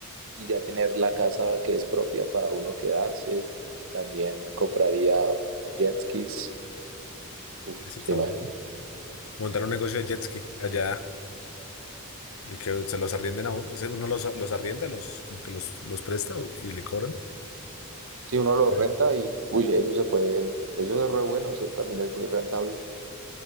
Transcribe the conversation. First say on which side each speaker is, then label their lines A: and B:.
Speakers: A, on the right (about 65°); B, on the left (about 70°).
A: y ya tener la casa que es propia para uno quedarse. También compraría jet skis, uf,
B: Eso
A: se
B: está
A: imagina.
B: bueno. Montar un negocio de jet ski allá y que se los arrienden a uno. o sea, Uno los, los arrienda, los, como que los, los presta o- y le cobran.
A: Si uno lo
B: Sí.
A: renta y, uy, eso se puede, eso es re bueno, eso también es muy rentable.